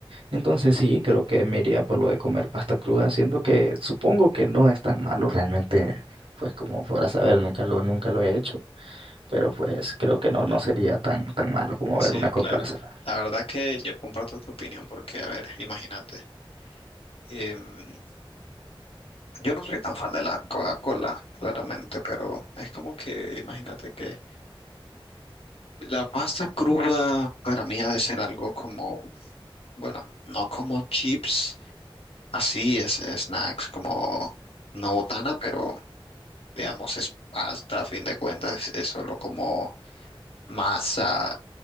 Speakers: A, on the right (about 70°); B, on the left (about 90°).
A: Entonces sí, creo que me iría por lo de comer pasta cruda, siendo que supongo que no es tan malo realmente, pues como podrás saber, nunca lo, nunca lo he hecho, pero pues creo que no, no sería tan, tan malo como
B: Sí,
A: ver una Coca-Cola
B: claro.
A: salada.
B: La verdad que yo comparto tu opinión porque, a ver, imagínate. em, yo no soy tan fan de la Coca-Cola, claramente, pero es como que, imagínate que la pasta cruda para mí ha de ser algo como, bueno, no como chips, así es, snacks, como una botana, pero digamos, es pasta, a fin de cuentas, es solo como masa,